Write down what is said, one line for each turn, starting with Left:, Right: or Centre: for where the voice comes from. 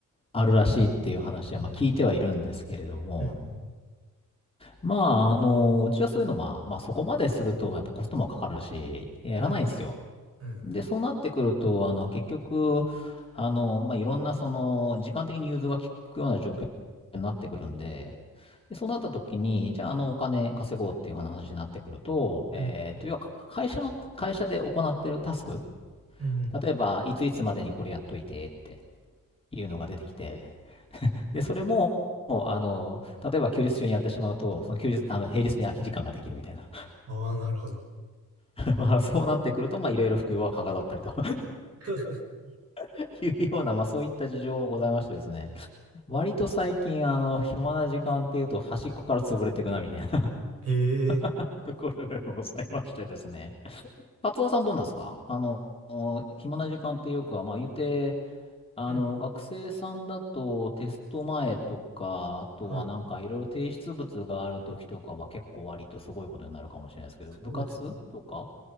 Left: あるらしいっていう話は、
Right: ええ。
Left: まあ聞いてはいるんですけれども、
Right: うん
Left: まあ、あの、うちはそういうの、まあ、まあそこまですると、やっぱコストもかかるし、やらないんですよ。
Right: うん。うんうんうん。
Left: で、そうなってくると、あの、結局、あの、まあ、いろんな、その、時間的に融通が利くような状況になってくるんで、で、そうなった時に、じゃあ、あの、お金稼ごうっていう話になってくると、えっと、
Right: うん
Left: 要は、会社の、会社で行ってるタスク、
Right: うん。
Left: 例えば、いついつまでにこれやっといてっていうのが出てきて、で、それも、あの、例えば休日中にやってしまうと、その休日、あの、平日に空き時間ができるみたいな。
Right: ああ、なるほど。
Left: <laughs> まあ、そうなってくると、まあ、いろいろ副業がはかどったりと
Right: <laughs>
Left: <laughs> いうような、まあ、そういった事情もございましてですね。割と最近、あの、暇な時間っていうと、端っこから潰れていくな、みたいな
Right: ええ。
Left: <laughs> ところがございましてですね。カツオさんどうなんですかあの、暇な時間っていうか、まあ言って、あの、
Right: うん。
Left: 学生さんだとテスト前とか、あとはなんかいろいろ提出物がある時とかは結構割とすごいことになるかもしれないですけど、
Right: はい。そうですね。
Left: 部活とか